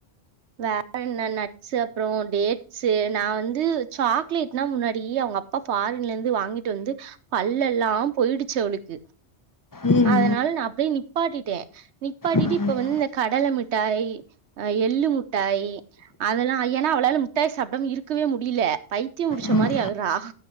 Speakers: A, on the right; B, on the left.
A: வேற என்ன நட்ஸு அப்புறோ டேட் ஸு நா வந்து சாக்லேட்னா முன்னாடி அவங்க அப்பா ஃபாரின்லருந்து வாங்கிட்டு வந்து பல்லெல்லா போயிடுச்சு அவளுக்கு
B: ம்
A: அதனால நா அப்டியே நிப் பாட்டிட்டே நிப்பாட்டிட்டு
B: ம்
A: இப்ப வந்து இந்த கடலை மிட்டாய் அ எள்ளு முட்டாய் அதெல்லா ஏன்னா அவளால முட்டாய் சாப்டாம இருக்கவே முடியில பைத்தியம் புடிச்ச
B: ம்
A: மாரி ஆகுறா